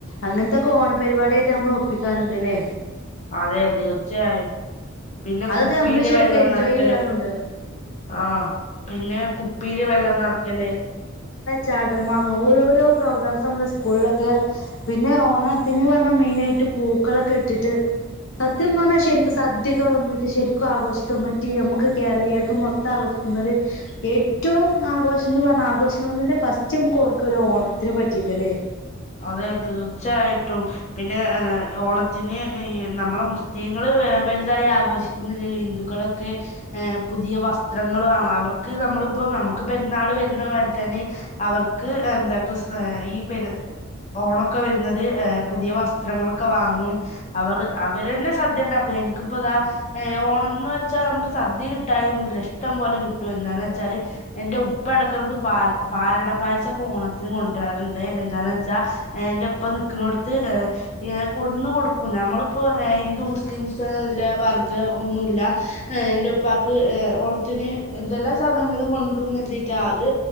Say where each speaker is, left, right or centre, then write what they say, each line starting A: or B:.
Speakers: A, on the left; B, on the left.
A: അങ്ങൻതൊക്കെ ഓണപരിപാടി റ്റ് നമ്മളൊപ്പിക്കാറുണ്ട്ല്ലേ
B: അതെ തീർച്ചയായും പിന്നെ
A: അതൊക്കെ
B: കുപ്പിയില്
A: നമ്മള് ശരിക്കും
B: വെള്ളം
A: എൻജോയ്
B: നിറക്കല്
A: ചെയ്യാറുണ്ട്
B: ആഹ് പിന്നെ കുപ്പിയില് വെള്ളം നിറക്കല്
A: ചാടമങ്ങ് ഓരോരോ പ്രോഗ്രാംസ് നമ്മള് സ്കൂളിലൊക്കെ പിന്നെ ഓണത്തിന് പർ മ മെയിനായിട്ട് പൂക്കളൊക്കെ ഇട്ടിട്ട് സത്യം പർഞ്ഞാ ശരിക്കും സദ്യ <unintelligible> വീട്ടിൽ ശരിക്കും ആഘോഷിക്കാൻ പറ്റിയ നമ്മക്ക് കേരളീയർക്കുമ്മൊത്ത ആഘോഷിക്കുന്ന ഒരു ഏറ്റവും ആഘോഷംന്ന് പറഞ്ഞ ആഘോഷങ്ങളെ ഫസ്റ്റ് നമുക്ക് ഓർക്ക ഒരോണത്തിനെ പറ്റിട്ടല്ലേ
B: അതെ തീർച്ചയായിട്ടും പിന്നെ ഏ ഓണത്തിന് ഈ നമ്മളെ മുസ്ലിങ്ങള് ഏ വലുതായി ആഘോഷിക്കുന്നില്ലല്ലോ ഹിന്ദുക്കളൊക്കെ ഏ പുതിയ വസ്ത്രങ്ങള് വാങ്ങാ അവർക്ക് നമ്മളിപ്പോ നമ്മക്ക് പെരുന്നാള് വരുന്നമാരിതന്നെ അവർക്ക് എന്താക്രിസ് ഈ പെര് ഓണൊക്കെ വരുന്നത് ഏ പുതിയ വസ്ത്രങ്ങളൊക്കെ വാങ്ങും അവറ് അവര്ന്നെ സദ്യണ്ടാക്കും എനിക്കിപ്പതാ ഏ ഓണംന്ന് വെച്ചാ നമുക്ക് സദ്യ കിട്ടായി ഒന്നുല്ല ഇഷ്ടം പോലെ കിട്ടും എന്താന്ന് വെച്ചാല് എന്റെ ഉപ്പ എടക്കടക്ക് പാൽ പാലട പായസക്കെ ഓണത്തിന് കൊണ്ടു വരാറുണ്ട് എന്താന്ന് വച്ചാ ച്ചാ എന്റെപ്പ നിക്ക്ണോട്ത്ത് ഏ ഏ കൊടുന്ന് കൊടുക്കും നമ്മളിപ്പോ ഏ ഹിന്ദു മുസ്ലിംസ്ല്ല വർഗം ഒന്നുല്ല ഏ എൻന്റെപ്പാക്ക് ഏ ഓണത്തിന് എന്തെല്ലാ സാധനങ്ങള് കൊണ്ട്രുംന്നെര്തീറ്റാ അത്